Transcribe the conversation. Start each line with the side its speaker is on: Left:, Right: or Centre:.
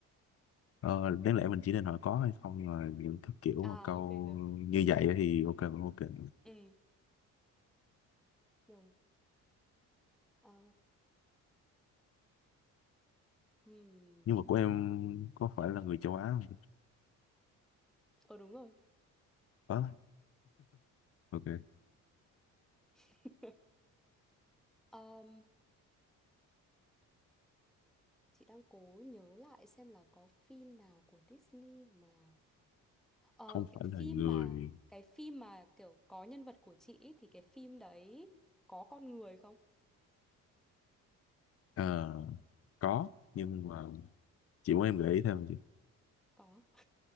Left: Ờ, đáng lẽ mình chỉ nên hỏi có hay không nhưng mà những thứ kiểu
Centre: À
Left: mà câu
Centre: ok ừ.
Left: như vậy thì ok cũng ok
Centre: Ừ, rồi. Ờ hmm.
Left: Nhưng mà của em có phải là người châu Á không?
Centre: Ờ đúng rồi.
Left: Có. Ok.
Centre: <laughs> Ờm, chị đang cố nhớ lại xem là có phim nào của Disney mà Ờ
Left: Không
Centre: cái
Left: phải là
Centre: phim
Left: người
Centre: mà cái phim mà kiểu có nhân vật của chị ý, thì cái phim đấy có con người không?
Left: ờ, có nhưng mà chị muốn em gợi ý thêm không chị?
Centre: Có.